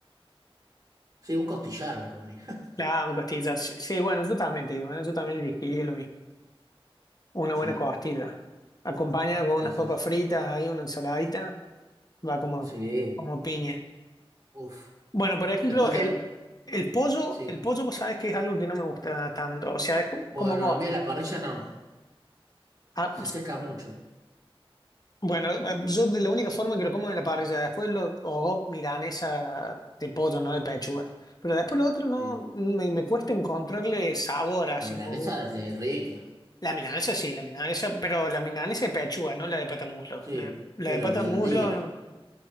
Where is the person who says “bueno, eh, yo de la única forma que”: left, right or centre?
Left